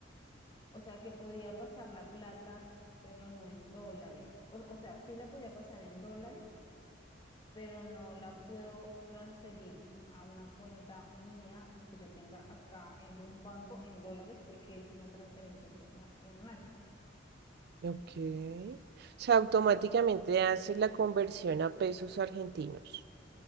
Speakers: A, on the left; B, on the right.
A: o sea, que podía pasar la plata, pero no en dólares. O, o sea, sí la podía pasar en dólares, pero no la puedo transferir a una cuenta mía que yo tenga acá eh, de un banco en dólares porque es una transferencia internacional.
B: Ok. O sea, automáticamente hace la conversión a pesos argentinos.